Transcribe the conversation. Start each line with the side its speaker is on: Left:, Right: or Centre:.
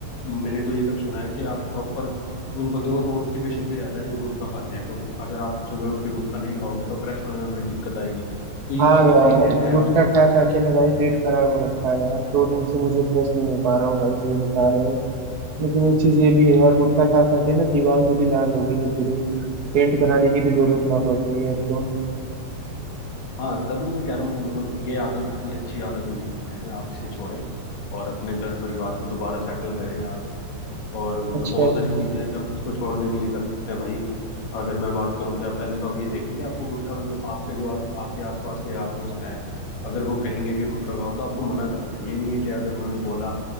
Left: मैंने तो ये तक सुना है कि आप प्रॉपर उन बंदों को कॉन्स्टिपेशन भी रहता है जो गुटखा खाते हैं तो अगर आप सुबह उठ के गुटखा नहीं खाओगे तो फ्रेश होने में बड़ी दिक्कत आएगी तो ये
Right: हाँ
Left: सब
Right: यार
Left: चीजें हैं
Right: गुटखा खा खा के ना भाई पेट खराब हो रखा है यार दो दिन से मुझे फ्रेश नहीं हो पा रहा हूँ भाई सही बता रहे हो लेकिन एक चीज ये भी है यार गुटखा खा खा के ना दीवार मेरी लाल हो गई है पूरी पेंट कराने की भी जरूरत ना पड़ रही है अब तो
Left: हाँ तभी मैं कह रहा हूँ कि मतलब ये आदत इतनी अच्छी आदत नहीं है आप इसे छोड़ें और अपने घर परिवार को दोबारा सेटल करें आप और मतलब
Right: अच्छा
Left: बहुत सारी चीजें हैं जो आप इसको छोड़ने के लिए कर सकते हैं भाई अगर मैं बात करूँ कि आप पहले तो आप ये देखें कि आपको गुटखा मतलब आपके जो आ- आपके आसपास के यार दोस्त हैं अगर वो कहेंगे कि गुटखा खाओ तो आपको मना करना है ये नहीं है कि अगर उन्होंने बोला